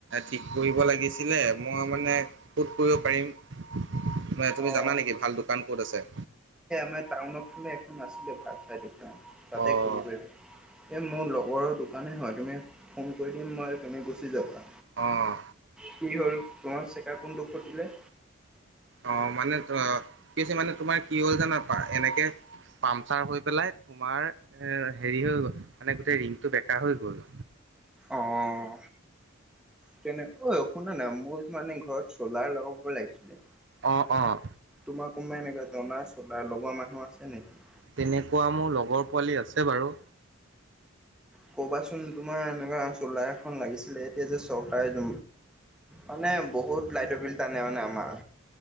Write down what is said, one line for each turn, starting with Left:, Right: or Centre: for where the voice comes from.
Right: ঠিক কৰিব লাগিছিলে মই মানে ক'ত কৰিব পাৰ তুি
Centre: অ',
Right: জানা নেি ভাল দোকান ক'ত আছে
Centre: উনৰ ফে এখন আ তাতে
Right: অ',
Centre: কৰিব পাৰিব এই মোৰ লগৰৰ দোকানে হয় তুমি ফোন কৰি দিম মই তুমি গুচি যাবা
Right: অ',
Centre: কি হ'ল তোমাক চেকাৰ কোন দুখ খটিলে
Right: অ', মানে অ কি হৈছে মানে তোমাৰ কি হ'ল জানাপা এনেকে পামচাৰ হৈ পেলাই তোমাৰ এ হেৰি হৈ গল মানে গোটেই ৰিংটো বেকা হৈ গ'ল
Centre: আহ তেনে অ', ঐ শুনা নাই মোৰ মানে ঘৰত চলাৰ লগাব লাগিছিলে
Right: অ', অ',
Centre: তোমাৰ কোনবাই এনেকুৱা জনা চলা লগৰ মানুহ আছে নেকি
Right: তেনেকুৱা মোৰ লগৰ পোৱালি আছে বাৰু
Centre: কবাচোন তোমাৰ এনেকুৱা চোলা এখন লাগিছিলে এতিয়া যে চৰকাৰ মানে বহুত লাইট অ', বিল তানে মানে আমাৰ